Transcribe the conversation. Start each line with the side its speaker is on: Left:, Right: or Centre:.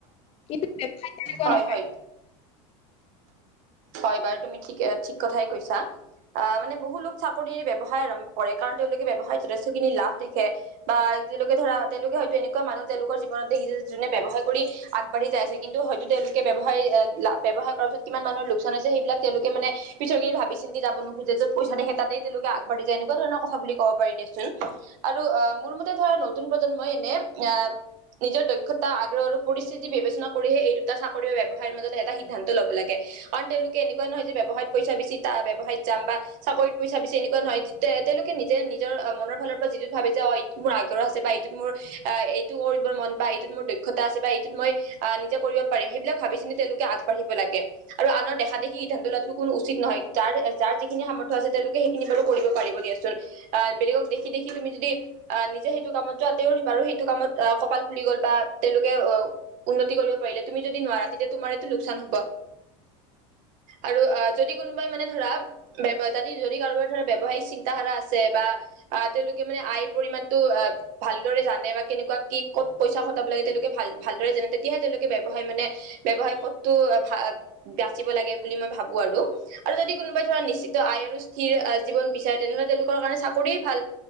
Left: কিন্তু ব্যৱসায় তেনেকুৱা
Right: হয়
Left: নহয়।
Right: হয় হয় বাৰু, তুমি ঠিক-ঠিক কথাই কৈছা। আঁহ', -মানে বহুলোক চাকৰি ব্যৱসায় আৰম্ভ কৰে কাৰণ তেওঁলোকে ব্যয়ৱসায়ত যথেষ্টখিনি লাভ দেখে। বা তেওঁলোকে ধৰা তেওঁলোকে হয়তো এনেকুৱা মানুহ তেওঁলোকৰ জীৱনত দেখিছে যে যোনে ব্যৱসায় কৰি আগবাঢ়ি যাই আছে, কিন্তু হয়তো তেওঁলোকে ব্যৱসায়-ব্যৱসায় কৰাৰ পিছত- কিমান মানুহৰ লোকচান হৈছে সেইবিলাক তেওঁলোকে মানে- পিছৰখিনি ভাবি চিন্তি যাব নোখোজে য'ত পইচা দেখে তা'তেই তেওঁলোক আগবাঢি যায়, এনেকুৱা ধৰণৰ কথা বুলি কব পাৰি দেচোন। আৰু আঁহ', মোৰ মতে ধৰা নতুন প্ৰজন্মই এনেই আঁহ', - নিজৰ দক্ষতা আগ্ৰহ আৰু পৰিস্থিতি বিবেচনা কৰিহে এই দুটা চাকৰিৰ ব্যৱসায়ৰ মাজত এটা সিদ্ধান্ত ল'ব লাগে। কাৰণ তেওঁলোকে এনেকুৱা নহয় যে ব্যৱসায়ত পইচা বেছিত ব্যৱসায়ত যাম বা চাকৰিত পইচা বেছি এনেকুৱা নহয় তেওঁলোকে নিজে নিজৰ মনৰ ফালৰ পৰা যিটো ভাবে যে অ', - মোৰ আগ্ৰহ আছে বা এইটোত মোৰ এইটো কৰিবৰ মন বা এইটোত মোৰ দক্ষতা আছে বা এইটোত মই- আঁহ' নিজে কৰিব পাৰিম সেইবিলাক ভাবি চিন্তি তেওঁলোকে আগবাঢ়িব লাগে। আৰু আনৰ দেখাদেখি সিদ্ধান্ত লোৱাতো আৰু আনৰ দেখাদেখি ধন তোলাত কোনো উচিত নহয়, তাৰ যাৰ যিখিনি সামৰ্থ আছে তেওঁলোকে সেইখিনি বাৰু কৰিব পাৰিব দিয়াচোন। আঁহ', বেলেগক দেখি-দেখি তুমি যদি- আঁহ' নিজে সেইটো কামত যোৱা তেওঁ বাৰু সেইটো কামত আঁহ' কপাল ফুলি গ'ল বা তেওঁলোকে অ'- উন্নতি কৰিব পাৰিলে তুমি যদি নোৱাৰা তেতিয়া তোমাৰ এইটো লোকচান হ'ব। আৰু আঁহ' যদি কোনোবাই মানে ধৰা- যদি-যদি কাৰোবাৰ ধৰৰ ব্যৱসায়িক চিন্তাধাৰা আছে বা- আঁহ' তেওঁলোকে মানে আয়ৰ পৰিমাণটো আঁহ'- ভালদৰে জানে বা কেনেকুৱা কি ক'ত পইচা খটাব লাগে তেওঁলোকে ভাল ভালদৰে জানে তেতিয়াহে তেওঁলোকে ব্যৱসায় মানে- ব্যৱসায় পথটো ভা- বাচিব লাগে বুলি মই ভাবো আৰু। আৰু যদি কোনোবাই ধৰা নিশ্চিত আয় আৰু স্থিৰ জীৱন বিচাৰে তেনেহ'লে তেওঁলোকৰ কাৰণে চাকৰিয়ে ভাল।